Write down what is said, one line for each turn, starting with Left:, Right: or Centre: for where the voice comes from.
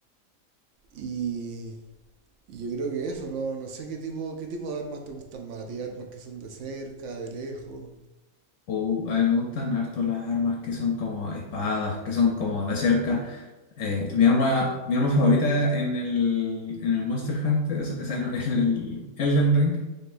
Right: Y, y yo creo que eso, no, no sé qué tipo, qué tipo de armas te gustan más, a armas que son de cerca, de lejos.
Left: O a mí me gustan harto las armas que son como espadas, que son como de cerca. Eh, mi arma, mi arma favorita en el, en el Monster Hunter, o sea, en el Elden Ring